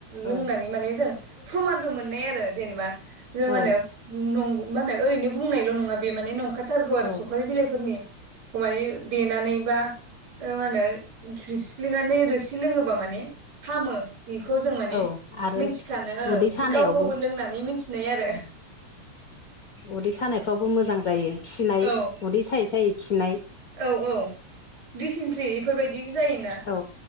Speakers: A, on the left; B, on the right.
A: औ
B: लोंनानै माने जों प्रमानबो मोननाय आरो जेनेबा जों
A: औ
B: म होने ं मा होनो ओरैनो बुंनायल' नङा बे माने नंखाथारगौ आरो
A: औ
B: सफारि बिलाइफोरनि एखमानि देनानै बा मा होनो खुफ्ललिनानै रोसि लोङोबा माने हामो बेखौ जों माने
A: औ आरो
B: मिथि खानो
A: उदै सानायावबो
B: गाव गावबो लोंनानै मिथिनाय आरो
A: उदै सानायफ्रावबो मोजां जायो खिनाय
B: औ
A: उदै सायै सायै खिनाय
B: औ औ ्रिसिनट्रि बेफोरबायदि जायोना
A: औ